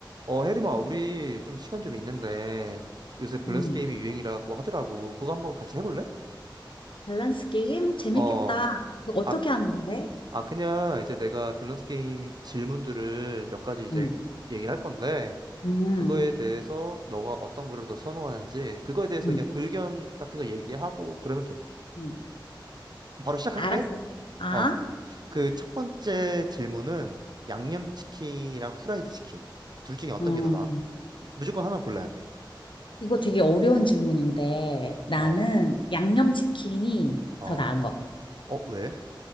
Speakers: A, on the right; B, on the left.
A: 어, 혜림아, 우리 좀 시간 좀 있는데 요새 밸런스
B: 음,
A: 게임이 유행이라고 하더라고. 그거 한번 같이 해볼래?
B: 밸런스 게임? 재밌겠다.
A: 어.
B: 그거 어떻게
A: 아,
B: 하는 건데?
A: 아, 그냥 이제 내가 밸런스 게임 질문들을 몇 가지 이제
B: 음,
A: 얘기할 건데
B: 음,
A: 그거에 대해서 너가 어떤 거를 더 선호하는지 그거에 대해서
B: 음,
A: 그냥 의견 같은 거 얘기하고 그러면 돼.
B: 음,
A: 바로 시작할게.
B: 알았어. 아,
A: 어. 그 첫 번째 질문은 양념치킨이랑 후라이드 치킨 둘 중에 어떤
B: 음.
A: 게 더 나아? 무조건 하나 골라야 돼.
B: 이거 되게 어려운 질문인데 나는
A: 어.
B: 양념치킨이
A: 어.
B: 더 나은 것 같아.
A: 어, 왜?